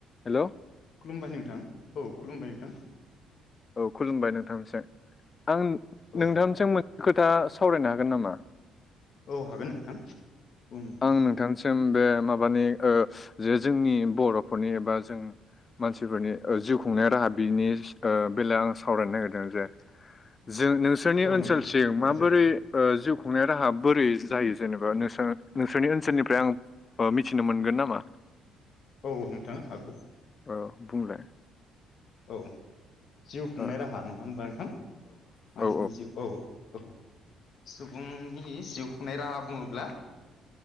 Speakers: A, on the left; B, on the left.
A: हेलौ।
B: खुलुमबाय नोंथां। औ खुलुमबाय नोंथां।
A: औ खुलुमबाय नोंथांनिसाय। आं
B: औ
A: नोंथांनिसेम मोनसे खोथा सावरायनो हागोन नामा?
B: औ हागोन नोंथां। बुं नोंथां
A: आं नोंथांसिम बे माबानि ओ जे जोंनि बर'फोरनि एबा जों मानसिफोरनि ओ जिउ खुंनाय राहा बिनि ओ बेलायाव आं सावरायनो नागिरदों। जे जोंनो नोंसोरनि
B: औ
A: ओनसोलसिम
B: नोंथां
A: माबोरै
B: रायजागोन
A: ओ जिउ खुंनाय राहा बोरै जायो जेनेबा नोंसोर नोंसोरनि ओनसोलनिफ्राय आं ओ मिथिनो मोनगोन नामा?
B: औ नोंथां हागौ
A: औ बुंलाय
B: औ जिउ खुंनाय
A: ओ
B: राहा नङा होमब्ला नोंथां
A: औ
B: मानसिनि
A: औ
B: जिउ औ औ सुबुंनि जिउ खुंनाय राहा बुङोब्ला